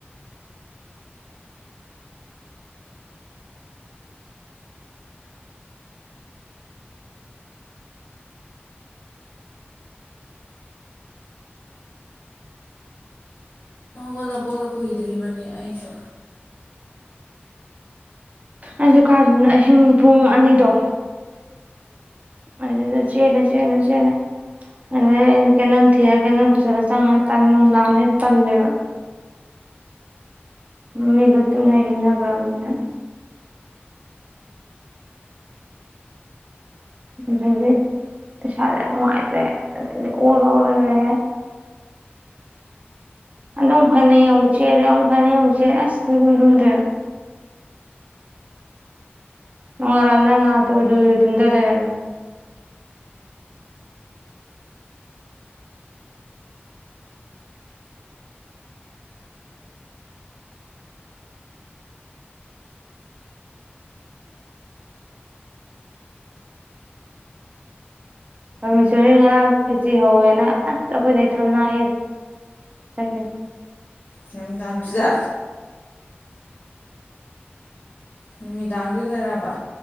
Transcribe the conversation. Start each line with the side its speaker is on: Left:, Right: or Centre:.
Left: ꯑꯣꯜꯂꯛꯄꯒ ꯀꯨꯏꯗ꯭ꯔꯤꯕꯅꯤ ꯑꯩꯁꯨ
Right: ꯑꯗꯨ ꯀꯅ ꯑꯍꯤꯡ ꯄꯨꯡ ꯑꯅꯤꯗꯣ ꯑꯗꯨ ꯆꯂ ꯆꯂ ꯆꯂ ꯑ ꯀ ꯊꯤꯔ ꯀ ꯇꯗꯥꯦ ꯇꯂꯦꯕ ꯃꯃꯤꯗꯠꯇꯅ ꯍꯟꯅꯒ꯭ꯔꯅ ꯑꯗꯨꯗꯤ ꯁꯔꯦ ꯅꯨꯡꯉꯥꯏꯇ꯭ꯔꯦꯗꯤ ꯑꯣꯔ ꯑꯣꯔ ꯂꯩꯔꯦ ꯑꯎ ꯐꯥꯟꯅ ꯌꯥꯧꯁꯦ ꯑꯗꯨ ꯅꯥꯎ ꯐꯥꯟꯅꯎꯁꯦ ꯑ ꯊꯨꯡ ꯀꯟꯗꯨꯝꯗ꯭ꯔ ꯎꯉ ꯂꯗꯉ ꯇꯖꯔꯔꯃꯦ ꯃꯤꯁꯣꯔꯤ ꯉꯔꯥꯡ ꯐꯦꯆꯤ ꯍꯧꯧꯋꯦꯅ ꯑꯁ ꯑꯩꯈꯣꯏꯗꯩ ꯊꯝꯅꯑ ꯇꯀꯦꯟ
Left: ꯅꯨꯃꯤꯗꯥꯡꯗꯨꯖꯥ ꯅꯨꯃꯤꯗꯥꯡꯒꯤꯗꯔꯕ